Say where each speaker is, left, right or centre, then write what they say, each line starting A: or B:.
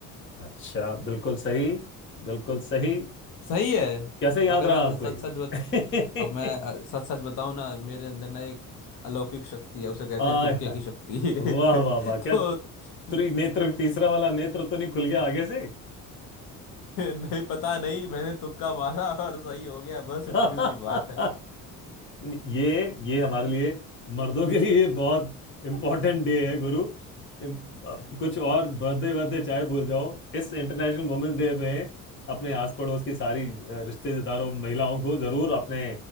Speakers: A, on the left; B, on the left.
A: अच्छा बिल्कुल सही बिल्कुल सही
B: सही है
A: कैसे याद
B: अगर
A: रहा
B: मैं
A: आपको
B: सच
A: ये
B: सच बत अब मैं अ,
A: <laughs>
B: सच सच बताऊं ना मेरे अंदर ना एक अलौकिक शक्ति है उसे कहते
A: आय
B: हैं तुक्के
A: हाय
B: की शक्ति <laughs>
A: वाह वाह वाह
B: तो
A: क्या त्रि
B: <laughs>
A: नेत्र तीसरा वाला नेत्र तो नहीं खुल गया आगे से
B: नहीं पता नहीं मैंने तुक्का मारा और सही हो गया बस इतनी
A: <laughs>
B: सी बात है
A: ये ये हमारे लिए मर्दों के लिए बहुत इम्पोर्टेंट
B: <laughs>
A: डे है गुरु इम- अब कुछ और बर्थडे बर्थडे चाहे भूल जाओ इस इंटरनेशनल वुमेन्स डे में अपने आस पड़ोस की सारी अ, रिश्तेदारों महिलाओं को जरूर अपने